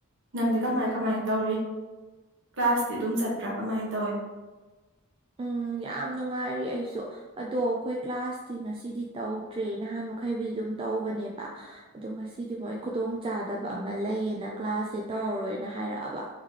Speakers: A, on the right; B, on the right.
A: ꯅꯪꯗꯤ ꯀꯃꯥꯏ ꯀꯃꯥꯏ ꯇꯧꯔꯤ ꯀ꯭ꯂꯥꯁꯇꯤ ꯑꯗꯨꯝ ꯆꯠꯄ꯭ꯔꯥ ꯀꯃꯥꯏ ꯇꯧꯏ
B: ꯎꯝ ꯌꯥꯝ ꯅꯨꯡꯉꯥꯏꯔꯤ ꯑꯩꯁꯨ ꯑꯗꯣ ꯑꯩꯈꯣꯏ ꯀ꯭ꯂꯥꯁꯇꯤ ꯉꯁꯤꯗꯤ ꯇꯧꯗ꯭ꯔꯦ ꯅꯍꯥꯟ ꯃꯈꯩꯕꯨꯗꯤ ꯑꯗꯨꯝ ꯇꯧꯕꯅꯦꯕ ꯑꯗꯣ ꯉꯁꯤꯗꯤ ꯃꯣꯏ ꯈꯨꯗꯣꯡꯆꯥꯥꯗꯕ ꯑꯃ ꯂꯩꯌꯦꯅ ꯀ꯭ꯂꯥꯁꯁꯦ ꯇꯧꯔꯔꯣꯏꯅ ꯍꯥꯏꯔꯛꯑꯕ